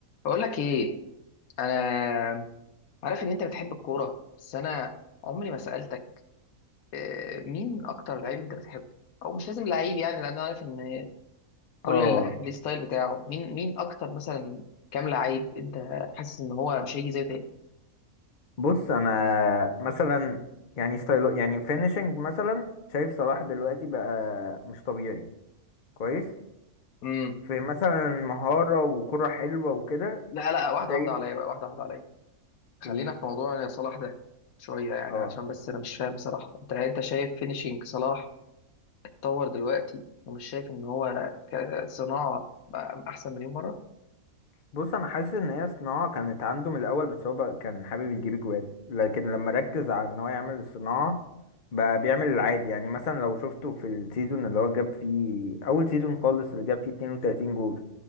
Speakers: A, on the left; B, on the left.
A: بقول لك ايه انا عارف ان انت بتحب الكوره بس انا عمري ما سالتك آه، مين اكتر لعيب انت بتحبه او مش لازم لعيب يعني لان انا عارف ان كل
B: اه
A: اللعيب ليه ستايل بتاعه مين مين اكتر مثلا كام لعيب انت حاسس ان هو مش هيجي زيه تاني
B: بص انا مثلا يعني ستايل يعني فينيشنج مثلا شايف صلاح دلوقتي بقى مش طبيعي كويس
A: امم
B: في مثلا مهارة وكرة حلوة وكده
A: لا لا واحده
B: شايف
A: واحده عليا بقى واحده واحده عليا خلينا
B: و...
A: في موضوع صلاح ده شويه يعني
B: اه
A: عشان بس انا مش فاهم صراحه انت انت شايف فينيشينج صلاح اتطور دلوقتي ومش شايف ان هو كصناعه بقى احسن مليون مره
B: بص انا حاسس ان هي صناعة كانت عنده من الاول بس هو بقى كان حابب يجيب جوال لكن لما ركز على ان هو يعمل الصناعة بقى بيعمل العادي يعني مثلا لو شفته في السيزون اللي هو جاب فيه اول سيزون خالص اللي جاب فيه 32 جول